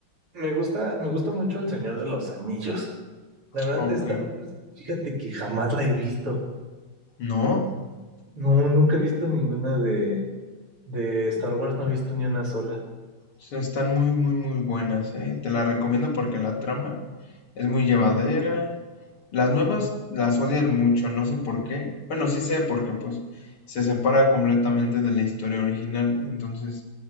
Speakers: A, on the right; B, on the left.
A: Me gusta, me gusta mucho El Señor de los Anillos. La verdad,
B: Ok.
A: Star Wars, fíjate que jamás la he visto.
B: No,
A: No, nunca he visto ninguna de, De Star Wars no he visto ni una sola.
B: so- están muy, muy, muy buenas, ¿eh? Te la recomiendo porque la trama es muy llevadera, Las nuevas las odian mucho, no sé por qué. Bueno, sí sé porque pues se separa completamente de la historia original, entonces